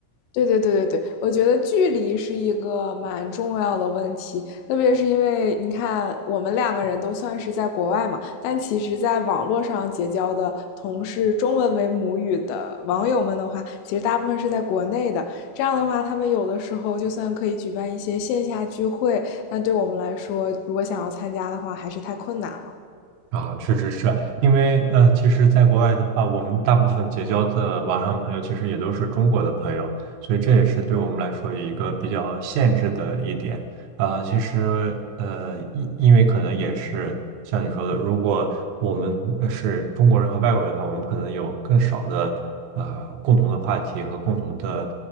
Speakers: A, on the left; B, on the right.
A: 对对对对对，我觉得距离是一个蛮重要的问题，特别是因为你看，我们两个人都算是在国外嘛，但其实在网络上结交的同是中文为母语的网友们的话，其实大部分是在国内的。这样的话，他们有的时候就算可以举办一些线下聚会，但对我们来说，如果想要参加的话，还是太困难了。
B: 啊，确实是因为呃，其实，在国外的话，我们大部分结交的网上朋友，其实也都是中国的朋友，所以这也是对我们来说一个比较限制的一点啊。其实呃，因因为可能也是像你说的，如果我们呃是中国人和外国人的话，我们可能有更少的呃共同的话题和共同的